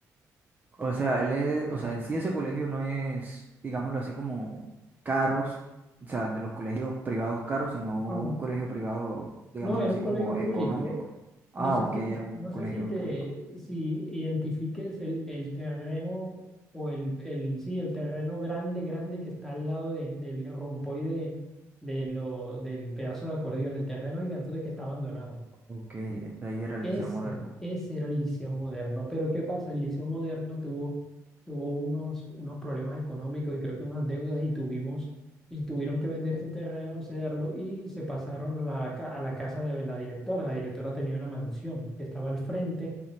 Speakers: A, on the right; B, in the centre.
A: O sea, él es, o sea, en sí ese colegio no es, digámoslo así, como caros, o sea, de los colegios privados caros, sino
B: Ajá.
A: un colegio privado, digámoslo
B: No, era
A: así,
B: un
A: como
B: colegio
A: económico.
B: público.
A: Ah,
B: No sé
A: ok,
B: si,
A: era un
B: no
A: colegio
B: sé si te,
A: público.
B: si identifiques el, el terreno o el, el, sí, el terreno grande, grande que está al lado de- del rompoide de lo, del pedazo de acordeón, el terreno gigante que está abandonado.
A: Ok, este ahí era el
B: Ese,
A: Liceo Moderno.
B: ese era el Liceo Moderno. Pero ¿qué pasa? El Liceo Moderno tuvo, tuvo unos, unos problemas económicos y creo que unas deudas y tuvimos, y tuvieron que vender ese terreno, cederlo y se pasaron a la, ca- a la casa de la directora. La directora tenía una mansión que estaba al frente